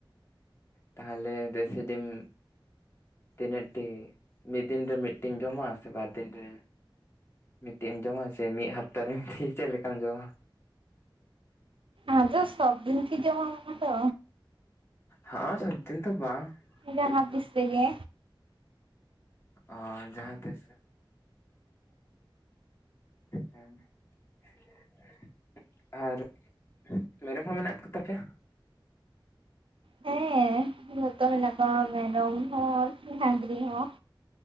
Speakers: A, on the left; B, on the right.
A: ᱛᱟᱦᱞᱮ ᱫᱮᱥᱤ ᱰᱤᱢ ᱛᱤᱱᱟᱹᱜ ᱴᱤ ᱢᱤᱫ ᱫᱤᱱ ᱨᱮ ᱢᱤᱴᱤᱱ ᱡᱚᱢᱟ ᱥᱮ ᱵᱟᱨ ᱫᱤᱱ ᱨᱮ ᱢᱤᱴᱤᱡ ᱮᱢ ᱡᱚᱢᱟ ᱥᱮ ᱢᱤ ᱦᱟᱯᱛᱟᱨᱮᱢ <unintelligible> ᱪᱮᱫ ᱞᱮᱠᱟᱢ ᱡᱚᱢᱟ
B: ᱟᱫᱚ ᱥᱚᱵᱫᱤᱱ ᱠᱤ ᱡᱚᱢᱟᱢ ᱚᱱᱟ ᱫᱚ
A: ᱦᱚᱸ ᱥᱚᱵᱫᱤᱱ ᱛᱚ ᱵᱟᱝ
B: ᱡᱟᱦᱟᱸ
A: ᱠᱤᱱᱛᱩ
B: ᱛᱤᱥ ᱨᱮᱜᱮ
A: ᱚ ᱡᱟᱦᱟᱸ ᱛᱤᱥ ᱦᱮᱸ <inaudible> ᱟᱨ ᱢᱮᱨᱚᱢ ᱦᱚᱸ ᱢᱮᱱᱟᱜ ᱠᱚᱛᱟ ᱯᱮᱭᱟ
B: ᱦᱮᱸ ᱡᱷᱚᱛᱚ ᱢᱮᱱᱟᱜ ᱠᱚᱣᱟ ᱢᱮᱨᱚᱢ ᱦᱚᱸ ᱰᱟᱺᱝᱨᱤ ᱦᱚᱸ